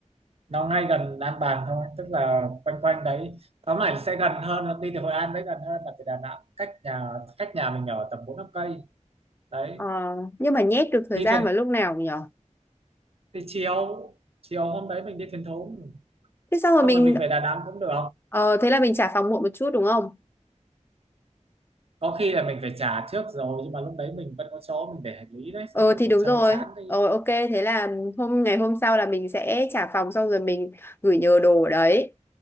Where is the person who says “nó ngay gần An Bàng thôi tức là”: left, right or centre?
Right